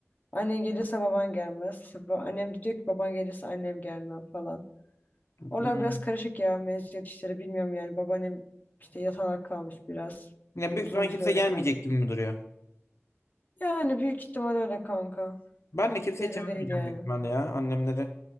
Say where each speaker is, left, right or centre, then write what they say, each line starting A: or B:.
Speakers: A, on the left; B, on the left.
A: Annen gelirse baban gelmez. İşte ba- annem de diyor ki baban gelirse annem gelmem falan.
B: Hmm.
A: Oralar biraz karışık ya mezuniyet işleri bilmiyorum yani. Babaannem işte yatalak kalmış biraz.
B: Yani büyük
A: Uzun
B: ihtimal
A: bir
B: kimse
A: süre öyle
B: gelmeyecek
A: kalacak.
B: gibi mi duruyor?
A: Yani büyük ihtimal öyle kanka.
B: Ben de kimseyi
A: Belli
B: çağırmayacağım
A: değil yani.
B: büyük ihtimalle ya annemleri.